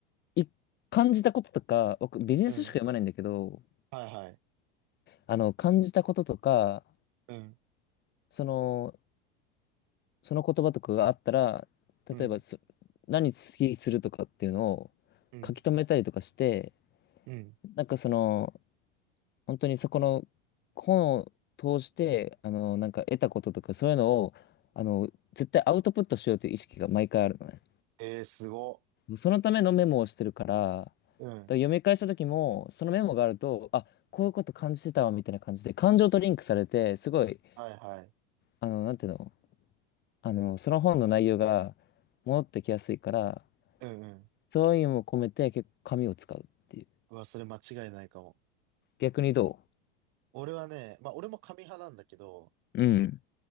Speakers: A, on the left; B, on the right.
A: うい感じたこととか、僕ビジネス書しか読まないんだけど、
B: うん。はいはい。
A: あの、感じたこととか、
B: うん。
A: その、その言葉とかがあったら、
B: うん。
A: 例えばそ、何好きするとかっていうのを
B: うん。
A: 書き留めたりとかして、
B: うん。
A: なんかその、本当にそこの本を通して、あの、なんか得たこととか、そういうのを、あの、絶対アウトプットしようという意識が毎回あるのね。
B: えー、すご。
A: そのためのメモをしてるから、だから
B: うん。
A: 読み返した時も、そのメモがあると、あ、こういうこと感じてたわ、みたいな感じで、感情とリンクされて、すごい、
B: はいはい。
A: あの、なんていうの、あの、その本の内容が戻ってきやすいから、
B: うんうん。
A: そういうのも込めて、結構紙を使うっていう。
B: うわ、それ間違いないかも。
A: 逆にど
B: 俺はね、まあ俺も紙派なんだけど、
A: ううん、